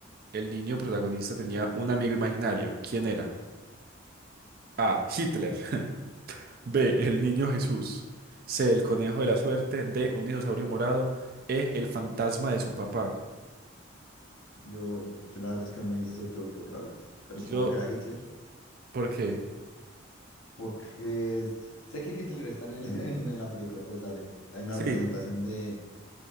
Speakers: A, on the right; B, on the left.
A: el niño protagonista tenía un amigo imaginario. ¿Quién era? A. Hitler. <laughs> B. El niño Jesús. C. El conejo de la suerte. D. Un dinosaurio morado. E. El fantasma de su papá.
B: Yo, yo la verdad es que no me he visto Jojo Rabbit, pero
A: Yo,
B: supongo que era Hitler,
A: ¿por qué?
B: porque es- sé que Hitler está en, el- <laughs> en la película, pues sale, hay una
A: Sí.
B: representación de,